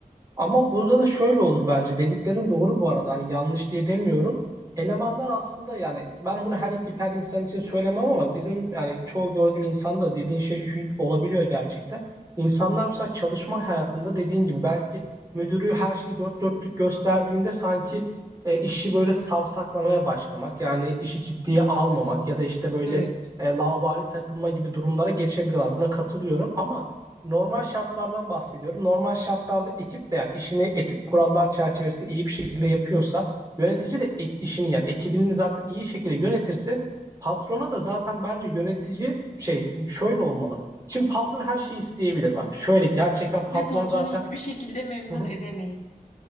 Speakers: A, on the right; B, on the left.
A: Ama burada da şöyle olur bence. Dediklerin doğru bu arada. Hani yanlış diye demiyorum. Elemanlar aslında yani ben bunu her ekip her insan için söylemem ama bizim yani çoğu gördüğüm insanda dediğin şey şu olabiliyor gerçekten. İnsanlar mesela çalışma hayatında dediğin gibi belki müdürü her şeyi dört dörtlük gösterdiğinde sanki e, işi böyle savsaklamaya başlamak yani işi ciddiye almamak ya da işte böyle
B: Evet.
A: e, laubali takılma gibi durumlara geçebiliyorlar. Buna katılıyorum ama normal şartlardan bahsediyorum. Normal şartlarda ekip de yani işini etik kurallar çerçevesinde iyi bir şekilde yapıyorsa yönetici de ek, işini yani ekibini zaten iyi şekilde yönetirse patrona da zaten bence yönetici şey şöyle olmalı. Şimdi patron her şeyi isteyebilir bak. Şöyle gerçekten patron
B: Ve patronu
A: zaten
B: hiçbir şekilde memnun
A: hı hı.
B: edemeyiz.